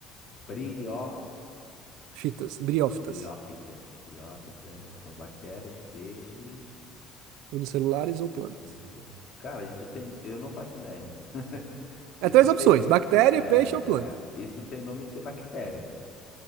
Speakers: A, on the left; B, on the right.
A: Brio.
B: Fitas, briófitas,
A: Briófitas. Briófitas são bactérias, peixes
B: unicelulares ou plantas.
A: ou não sei Cara, isso tem. Eu não faço ideia. <laughs> Isso
B: É três
A: tem.
B: opções: bactéria,
A: É,
B: peixe ou planta.
A: é, isso tem nome de ser bactéria.